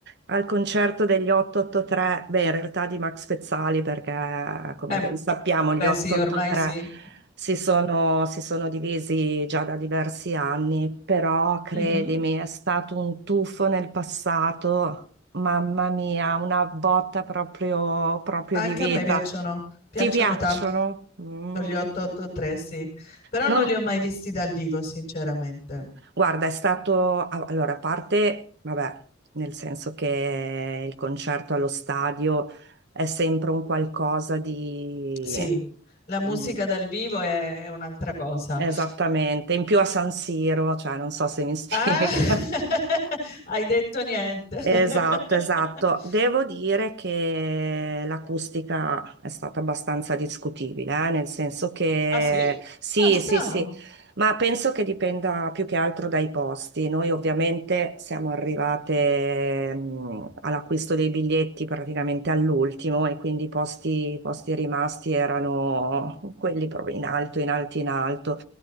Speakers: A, on the right; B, on the left.
A: al concerto degli 883. Beh, in realtà di Max Pezzali, perché come
B: Eh
A: ben sappiamo, gli
B: beh
A: 883
B: sì, ormai sì.
A: si sono, si sono divisi già da diversi anni. Però credimi,
B: mhm.
A: è stato un tuffo nel passato. Mamma mia, una botta proprio, proprio
B: Anche
A: di vita.
B: a me piacciono, piacciono
A: Ti piacciono?
B: tanto
A: Mm.
B: gli 883, sì. Però
A: Non-
B: non li ho mai visti dal vivo, sinceramente.
A: Guarda, è stato, a- allora, a parte, vabbè, nel senso che il concerto allo stadio è sempre un qualcosa di...
B: Sì, la musica
A: mm,
B: dal vivo è, è un'altra cosa.
A: Esattamente, in più a San Siro, cioè non so se mi <laughs> spiega.
B: Ah, <laughs> hai detto niente. <laughs>
A: Esatto, esatto. Devo dire che l'acustica è stata abbastanza discutibile, eh, nel senso che
B: Ah sì?
A: sì,
B: Ah, strano.
A: sì, sì, ma penso che dipenda più che altro dai posti. Noi ovviamente siamo arrivate mh, all'acquisto dei biglietti praticamente all'ultimo e quindi i posti, i posti rimasti erano quelli proprio in alto, in alto, in alto.